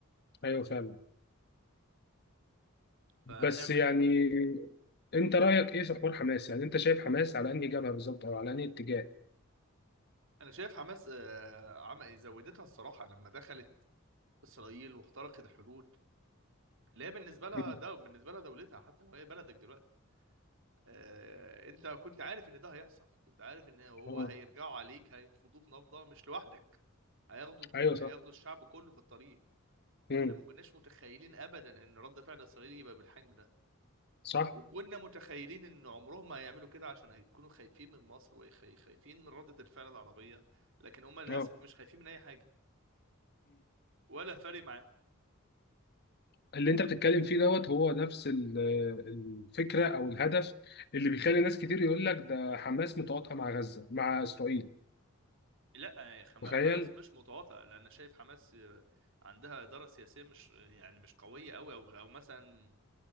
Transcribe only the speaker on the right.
فهنعمل
إيه؟
مم.
انا شايف حماس آه، عمل زودتها الصراحه لما دخلت اسرائيل واخترقت الحدود اللي هي بالنسبه لها
ده بالنسبه لها دولتها حتى لو هي بلدك دلوقتي آه، انت كنت عارف ان ده هيحصل كنت عارف ان هو
هيرجعوا عليك هينفضوك نفضه مش لوحدك هياخدوا
هياخدوا
الشعب كله في الطريق
احنا ما كناش متخيلين ابدا ان رد فعل اسرائيل يبقى بالحجم ده
وكنا متخيلين ان عمرهم ما هيعملوا كده عشان هيكونوا خايفين من مصر وخايفين من ردة الفعل العربية لكن هم للاسف
مش خايفين من اي حاجة ولا فارق معاهم
لا يا خما-
حماس مش متواطئة لان شايف حماس آه، عندها إدارة سياسية مش يعني مش قوية قوي او او مثلا